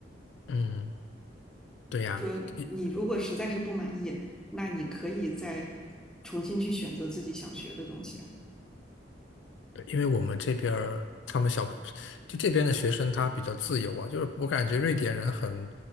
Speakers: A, on the left; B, in the centre.
A: 嗯，对呀，
B: 就说你如果实在是不满意，
A: 因
B: 那你可以再重新去选择自己想学的东西啊。
A: 因为我们这边儿他们小，就这边的学生他比较自由啊，就是我感觉瑞典人很，